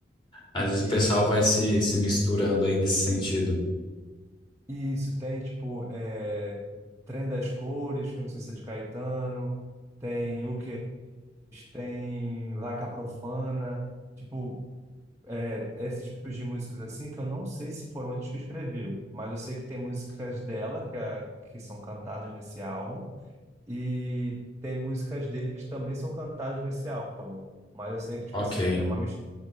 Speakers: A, on the left; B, on the right.
A: Às
B: E-
A: vezes o pessoal
B: Isso,
A: vai
B: tipo,
A: se, se misturando aí nesse sentido.
B: isso tem tipo é, Trem das Cores, que eu não sei se é de Caetano, tem O tem Vaca Profana, tipo, é, esses tipos de músicas assim que eu não sei se foram eles que escreveu, mas eu sei que tem músicas dela que, é- que são cantadas nesse álbum e tem músicas dele que também são cantadas nesse álbum. Mas eu sei que, tipo
A: Ok.
B: assim, é uma mis-